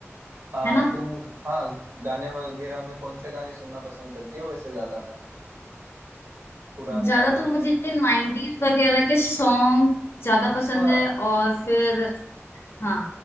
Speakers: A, on the right; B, on the left.
A: हाँ
B: है ना
A: तुम हाँ गाने वगैरह में कौन से गाने सुनना पसंद करती हो वैसे ज्यादा पुराने
B: ज्यादा
A: गानों
B: तो
A: में
B: मुझे नाइन्टीज वगैरह के सॉन्ग ज्यादा
A: अच्छा
B: पसंद है और फिर हाँ